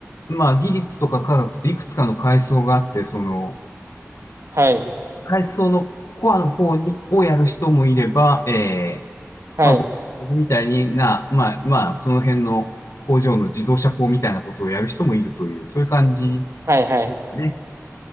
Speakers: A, on the left; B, on the right.
A: まあ技術とか科学っていくつかの階層があって、その、
B: はい、
A: 階層のコアの方に、をやる人もいれば、ええ、
B: はい、
A: まあ僕みたいにな、まあまあその辺の工場の自動車工みたいなことをやる人もいるという、そういう感じ
B: はい、はい。
A: ね。